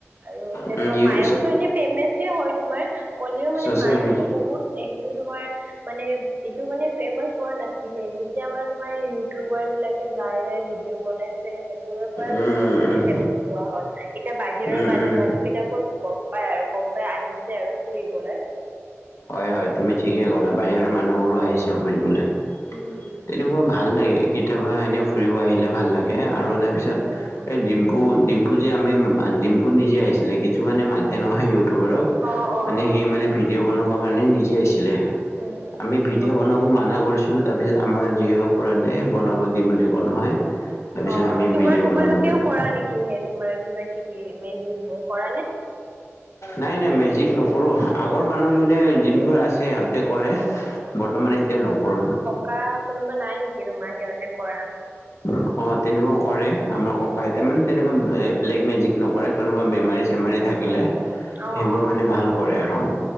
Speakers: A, on the right (about 35°); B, on the left (about 70°).
A: আৰু যেনেকুৱা
B: চচিয়েল
A: মায়ংটো এনেই ফেমাচে হয় তোমাৰ হলেও মানে
B: চচিয়েল
A: মায়ংটো
B: মি
A: বহুত সেইটো তোমাৰ মানে এইটো মানে ফেমাচ হোৱা নাছিলে যেতিয়া মানে তোমাৰ ইউটিউবাৰ বিলাক কে যাই-যাই ভিডিঅ' বনাই ছে সেইবোৰৰ পৰা
B: উম
A: তোমাৰ বেছিকে
B: উম
A: ফেমাচ হোৱা হল এতিয়া বাহিৰৰ
B: উম উম
A: মানুহ বিলাক গম পাই আৰু গম পাই আহিছে আৰু ফুৰিবলৈ।
B: হয়-হয় তুমি ঠিকেই ক'লা বাহিৰৰ মানুহবোৰো আহিছে ফুৰিবলৈ।
A: উম উম
B: তেনেকুৱা ভাল লাগে কেতিয়াবা এনেই ফুৰিব আহিলে ভাল লাগে আৰু তাৰ পিছত
A: উম
B: এই ডিম্পু ডিম পু যে আমি ডিম্পু নিজে আহিছিলে কিছুমানে মাতে ন মেই ইউটিউবাৰক।
A: অ অ
B: মানে
A: অ
B: সি মানে ভিডিঅ' বনাবৰ কাৰণে নিজে আহিছিলে।
A: উম উম
B: আমি ভিডিঅ'
A: হয়
B: বনাব মানা কৰিছো ছিলো তাৰ পিছত আমাৰ জীয় খুড়াটোৱে বনাব দি বুলি ক'ল নহয়। তাৰপিছত
A: অ'
B: আমি
A: তোমাৰ
B: ভিডিঅ'
A: তোমালোকেও
B: বনাব দিলোঁ
A: কৰা নেকি সেই তোমাৰ কিবা কিবি মেজিক বোৰ কৰা নে?
B: নাই-নাই মেজিক নকৰো আগৰ মানুহ যোনে যোনবোৰ আছে সিহঁতে কৰে বৰ্তমান এতিয়া নকৰোঁ।
A: কা কোনোবা নাই নেকি তোমাৰ সিহঁতে কৰা?
B: <unintelligible> অ, তেনেকুৱা কৰে আমাৰ ককা আইতা মানে তেনেকুৱা ব্লেক মেজিক নকৰে কোনোবা বেমাৰী চেমাৰী থাকিলে।
A: অ
B: সেইবোৰ
A: অ
B: মানে ভাল কৰে আৰু।